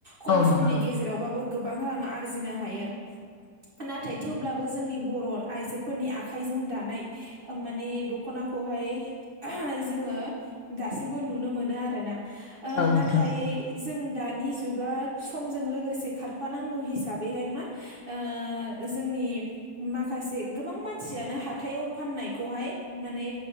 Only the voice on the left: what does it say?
औ नोंथां
औ
नोंथां